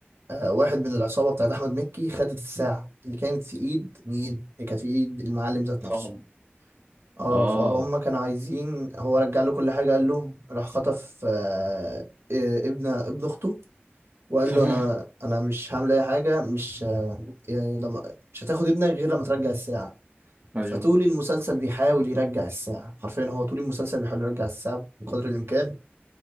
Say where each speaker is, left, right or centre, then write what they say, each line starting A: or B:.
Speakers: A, on the right; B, on the right.
A: آه، واحد من العصابة بتاعت أحمد مكي خدت الساعة اللي كانت في إيد مين؟ اللي كانت في إيد المعلم ذات نفسه
B: فاهم
A: اه
B: اه
A: فهم كانوا عايزين هو رجع له كل حاجة قال له راح خطف آه، آه، ابن ابن أخته وقال
B: تمام
A: له انا انا مش هعمل اي حاجه مش يعني لما مش هتاخد ابنك غير لما ترجع الساعه
B: أيوه
A: فطول المسلسل بيحاول يرجع الساعه حرفيا هو طول المسلسل بيحاول يرجع الساعه بقدر الامكان